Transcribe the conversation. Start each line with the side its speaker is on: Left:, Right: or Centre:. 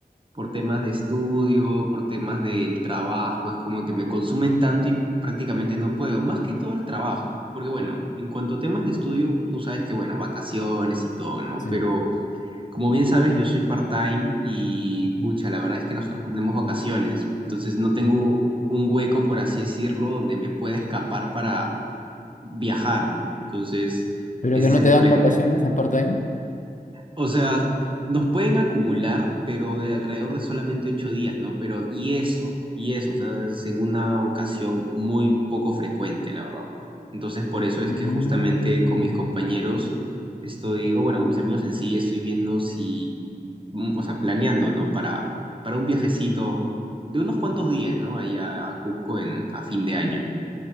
Right: por temas de estudio, por temas del trabajo, es como que me consumen tanto y prácticamente no puedo, más que todo el trabajo, porque bueno, en cuanto a temas de estudio, tú sabes que, bueno, vacaciones y todo, ¿no?
Left: Sí.
Right: Pero... Como bien sabes, yo soy part-time y
Left: Ujú.
Right: pucha, la verdad es que nosotros no tenemos vacaciones, entonces no tengo un hueco, por así decirlo, donde me pueda escapar para viajar, ¿no? Entonces,
Left: Pero
Right: ese
Left: que no
Right: es el
Left: te
Right: problema.
Left: dan vacaciones en part-time.
Right: O sea, nos pueden acumular, pero de alrededor de solamente ocho días, ¿no? Pero y eso, y eso, o sea, es en una ocasión muy poco frecuente, la verdad. Entonces, por eso es
Left: Mm.
Right: que justamente con mis compañeros estoy, o bueno, con mis amigos en sí, estoy viendo si, mm, o sea, planeando, ¿no? Para, para un viajecito de unos cuantos días, ¿no? Ahí a, a Cusco en, a fin de año.